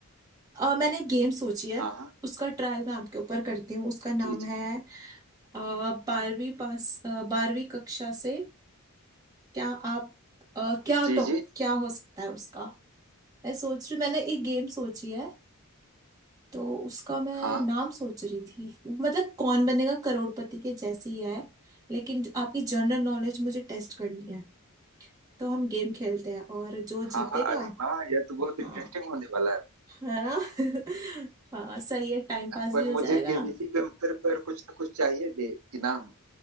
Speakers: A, on the right; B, on the right.
A: अ, मैंने गेम सोची है
B: हाँ हाँ
A: उसका ट्रायल मैं आपके ऊपर करती हूँ उसका नाम
B: जी जी
A: है अ, बारहवीं पास अ, बारहवीं कक्षा से क्या आप अ, क्या
B: जी
A: टॉप
B: जी
A: क्या हो सकता है उसका मैं सोच रही मैंने एक गेम सोची है तो उसका मैं
B: हाँ
A: नाम सोच रही थी मतलब कौन बनेगा करोड़पति के जैसी है लेकिन आपकी जनरल नॉलेज मुझे टेस्ट करनी है तो हम गेम खेलते हैं और जो
B: हाँ
A: जीतेगा
B: हाँ अरे वाह यह तो बहुत
A: हाँ
B: इंटरेस्टिंग होने वाला
A: है ना <laughs> हाँ सही है टाइम
B: है
A: पास
B: पर
A: भी हो
B: मुझे
A: जाएगा
B: केबीसी के उत्तर पर कुछ ना कुछ चाहिए भी इनाम